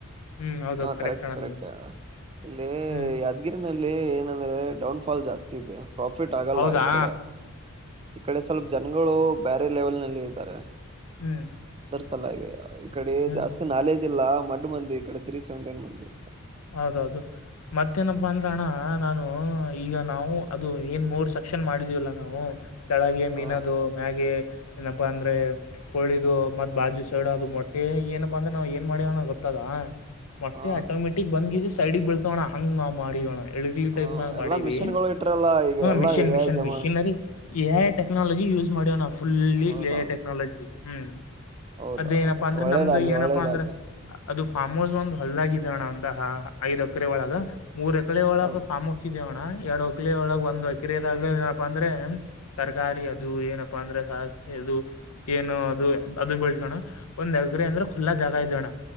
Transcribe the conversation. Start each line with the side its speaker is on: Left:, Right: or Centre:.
Left: ಹ್ಮ್ ಹೌದೌದು
Right: ಹಾ ಕರೆಕ್ಟ್
Left: ಅಣ್ಣ
Right: ಕರೆಕ್ಟ್
Left: ನೀವು
Right: ಇಲ್ಲಿ
Left: ಹ್ಮ್
Right: ಯಾದ್ಗಿರಿನಲ್ಲಿ ಏನಂದ್ರೆ ಡೌನ್ ಫಾಲ್ ಜಾಸ್ತಿ ದೆ ಪ್ರಾಫಿಟ್ ಆಗಲ್ಲ
Left: ಹೌದಾ
Right: ಈ ಕಡೆ ಈ ಕಡೆ ಸ್ವಲ್ಪ ಜನಗಳು ಬೇರೆ ಲೆವೆಲ್ ನಲ್ಲಿ ಇದ್ದಾರೆ
Left: ಹ್ಮ್
Right: ಚಲ ಈಕಡೆ
Left: ಹ್ಮ್
Right: ಜಾಸ್ತಿ ನಾಲೆಜ್ ಇಲ್ಲ ಮಡ್ ಮಂದಿ ಇ ಕಡೆ ತ್ರೀ ಸೆವೆಂಟಿನ್ ಮಂದಿ
Left: ಹೌದೌದು ಮತ್ತೇನಪ್ಪಾ ಅಂದ್ರ ಅಣ್ಣ ನಾನು ಈಗ ನಾವು ಅದು ಏನ್ ಮೂರ್ ಸ ಕ್ಷನ್ ಮಾಡಿದೀವಲ್ಲ ನಾವು ತಳಗೆ ಮೀನದು
Right: ಹ
Left: ಮ್ಯಾಗೆ ಪ್ಪ ಅಂದ್ರೆ ಕೋಳಿದು ಮತ್ ಬಾಜು ಸೈಡ್ ಅದು ಮೊಟ್ಟೆ ಏನಪ್ಪಾ ಅಂದ್ರೆ ನಾವ್ ಏನ್ ಮಾಡಿವನ ಗೊತ್ತದಾ ಮೋಟೆಆಟೋಮೆಟಿಕ್
Right: ಹ
Left: ಬಂದ್ ಗೀಜ ಸೈಡಗ್ ಬೀಳ್ತಾವಣ್ಣ ಹಂಗ್ ನಾವ್ ಮಾಡವೋಣ ಎಳಗ್ಲಿ
Right: ಹ
Left: ಟೈಪ್ನಾಗ
Right: ಎಲ್ಲಾ
Left: ಮಾಡೀವಿ
Right: ಮಿಷಿನ್ಗಳು ಇಟ್ರಲ್ಲ ಈಗ
Left: ಹ್ಮ
Right: ಎಲ್ಲಾ
Left: ಮಿಷಿನ್
Right: ಎ
Left: ಮಿಷಿನ್
Right: ಐ ಜಮಾ
Left: ಮಿಷೀನ್ರಿ ಏ ಟೆಕ್ನಾಲಜಿ ಯೂಸ್ ಮಾಡ್ಯವ ನಾವವು ಫುಲ್ಲಿ
Right: ಹೌದೌದು
Left: ಟೆಕ್ನಾಲಜಿ ಹ್ಮ್
Right: ಹೌದಾ
Left: ಅದೇಏನಪ್ಪಾ ಅಂದ್ರೆ
Right: ಒಳ್ಳೇದ
Left: ನಮ್ದು
Right: ಅಲ್ಲಿ
Left: ಏನಪ್ಪಾ
Right: ಒಳ್ಳೇದ
Left: ಅಂದ್ರ
Right: ಅಲ್ಲಿ
Left: ಅದು ಫಾರ್ಮ್ ಹೌಸ್ ಒಂದು ಹಳ್ಳಾಗಿದ್ದ ಅಣ್ಣ ಒಂದ ಐದ್ ಅಕರೆ ಒಳಗ ಮೂರ್ ಎಕಡೆ ಒಳ
Right: ಹೌದು
Left: ಫ್ಮ್ ಹೌಸ್ ಇದೇವಣ್ಣ ಎರಡು ಹೊಕಲಿ ಒಳಗೆ ಒಂದ್ ಹೊಕ್ರದಾಗ ಏನಪ್ಪಾ ಅಂದ್ರೆ ತರಕಾರಿ ಅದು ಏನಪ್ಪಾ ಅಂದ್ರೆ ಸ ದು ಏನು ಅದು ಅದು ಬೆಳ್ಸೋಣ ಒಂದ್ ಎಗ್ರ ಅಂದ್ರೆ ಖುಲ್ಲಾ ಜಾಗ ಇದೋಣ್ಣ